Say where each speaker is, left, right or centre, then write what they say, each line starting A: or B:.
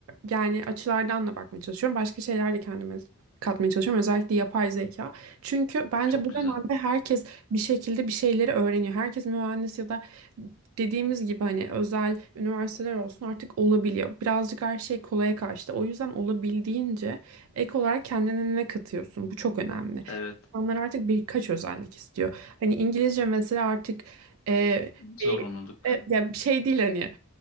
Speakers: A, on the right (about 75°); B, on the left (about 70°).
A: yani açılardan da bakmaya çalışıyorum. Başka şeyler de kendime katmaya çalışıyorum. Özellikle yapay zeka. Çünkü bence
B: Çok
A: bu
B: güzel.
A: dönemde herkes bir şekilde bir şeyleri öğreniyor. Herkes mühendis ya da dediğimiz gibi hani özel üniversiteler olsun artık olabiliyor. Birazcık her şey kolaya kaçtı. O yüzden olabildiğince ek olarak kendine ne katıyorsun? Bu çok önemli.
B: Evet.
A: İnsanlar artık birkaç özellik istiyor. Hani İngilizce mesela artık e, bir
B: Zorunluluk.
A: e, ya bir şey değil hani